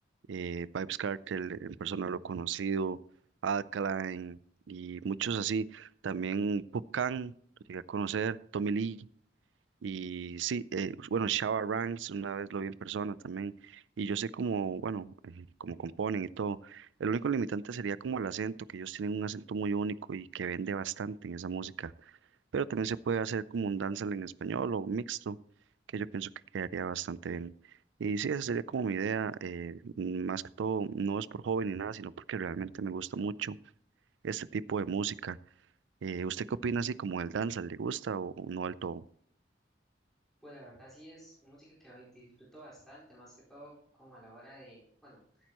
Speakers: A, on the right; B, in the centre.
A: eh, Vybz Kartel, en persona lo he conocido, Alkaline y muchos así. También Pup Kang, lo llegué a conocer, Tommy Lee. Y sí, eh, bueno, Shabba Ranks una vez lo vi en persona también, y yo sé cómo, bueno, eh, cómo componen y todo. El único limitante sería como el acento, que ellos tienen un acento muy único y que vende bastante en esa música, pero también se puede hacer como un dancehall en español o mixto, que yo pienso que quedaría bastante bien. Y sí, esa sería como mi idea, eh, más que todo, no es por joven ni nada, sino porque realmente me gusta mucho este tipo de música. Eh, ¿usted qué opina así como el dancehall? ¿Le gusta o no del todo?
B: Pues la verdad sí es música que hoy disfruto bastante, más que todo como a la hora de, bueno,